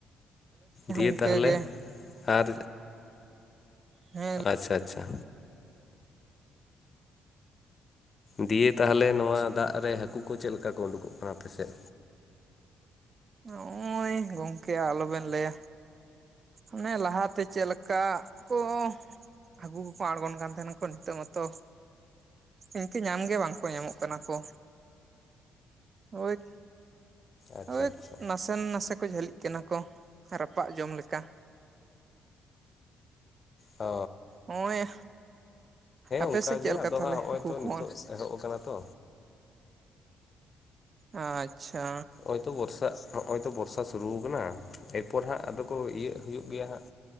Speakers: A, on the left; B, on the right.
A: ᱫᱤᱭᱮ
B: ᱤᱱᱠᱟᱹ
A: ᱛᱟᱦᱚᱞᱮ
B: ᱜᱮ
A: ᱟᱨ
B: ᱦᱮ ᱞᱮ
A: ᱟᱪᱪᱷᱟ ᱟᱪᱪᱷᱟ᱾ ᱫᱤᱭᱮ ᱛᱟᱦᱚᱞᱮ ᱱᱚᱣᱟ ᱫᱟᱜ ᱨᱮ ᱦᱟᱹᱠᱩ ᱠᱚ ᱪᱮᱜ ᱞᱮᱠᱟ ᱠᱚ ᱩᱰᱩᱠᱚᱜ ᱠᱟᱱᱟ ᱟᱯᱮ ᱥᱮᱜ?
B: ᱱᱚᱜᱼᱚᱭ ᱜᱚᱝᱠᱮ ᱟᱞᱚ ᱵᱮᱱ ᱞᱟᱹᱭᱟ᱾ ᱚᱱᱮ ᱞᱟᱦᱟ ᱛᱮ ᱪᱮᱜ ᱞᱮᱠᱟ ᱠᱚ ᱦᱟᱹᱠᱩ ᱠᱚᱠᱚ ᱟᱬᱜᱚᱱ ᱠᱟᱱ ᱛᱟᱦᱮᱸᱱᱟ ᱠᱚ ᱱᱤᱛᱚᱜ ᱢᱟᱛᱚ ᱤᱱᱠᱟᱹ ᱧᱟᱢ ᱜᱮ ᱵᱟᱝ ᱠᱚ ᱧᱟᱢᱚᱜ ᱠᱟᱱᱟ ᱠᱚ᱾ ᱳᱭ
A: ᱟᱪᱪᱷᱟ
B: ᱳᱭ
A: ᱟᱪᱪᱷᱟ
B: ᱱᱟᱥᱮᱱ ᱱᱟᱥᱮ ᱠᱚ ᱡᱷᱟᱹᱞᱤᱜ ᱠᱟᱱᱟ ᱠᱚ ᱨᱟᱯᱟᱜ ᱡᱚᱢ ᱞᱮᱠᱟ᱾
A: ᱚᱻ᱾
B: ᱱᱚᱜᱼᱚᱸᱭ ᱟᱯᱮ
A: ᱚᱱᱠᱟᱜᱮ
B: ᱥᱮᱡ ᱪᱮᱜ ᱞᱮᱠᱟ
A: ᱟᱫᱚ
B: ᱛᱟᱦᱟᱞᱮ
A: ᱦᱟᱸᱜ ᱱᱚᱜᱼᱚᱭ
B: ᱦᱟᱹᱠᱩ
A: ᱛᱚ
B: ᱠᱚᱶᱟᱲ?
A: ᱱᱤᱛᱚᱜ ᱮᱦᱚᱵ ᱠᱟᱱᱟ ᱛᱚ
B: ᱟᱪᱪᱷᱟ᱾
A: ᱦᱳᱭ ᱛᱚ ᱵᱚᱨᱥᱟᱜ ᱱᱚᱜ-ᱚᱭ ᱛᱚ ᱵᱚᱨᱥᱟ ᱥᱩᱨᱩᱣ ᱠᱟᱱᱟ ᱮᱭᱯᱚᱨ ᱦᱟᱸᱜ ᱟᱫᱚ ᱠᱚ ᱤᱭᱟᱹᱜ ᱦᱩᱭᱩᱜ ᱜᱮᱭᱟ ᱦᱟᱸᱜ᱾